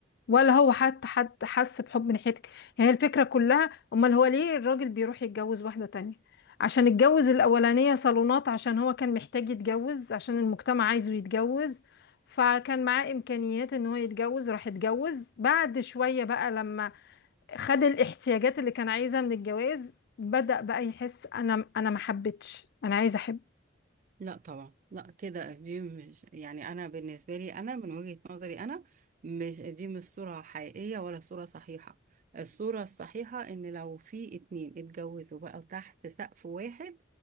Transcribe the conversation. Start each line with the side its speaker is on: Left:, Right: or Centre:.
Left: ولا هو حتى حد حس بحب من ناحيتك هي الفكرة كلها امال هو ليه الراجل بيروح يتجوز واحدة تانية عشان اتجوز الاولانية صالونات عشان هو كان محتاج يتجوز عشان المجتمع عايزه يتجوز فكان معاه امكانيات ان هو يتجوز راح اتجوز بعد شوية بقى لما خد الاحتياجات اللي كان عايزها من الجواز بدأ بقى يحس انا انا ما حبيتش انا عايز احب.
Right: لا طبعا لا كده دي مش يعني انا بالنسبه لي انا من وجهه نظري انا مش دي مش صوره حقيقيه ولا صوره صحيحه الصوره الصحيحه ان لو في اتنين اتجوزوا بقى تحت سقف واحد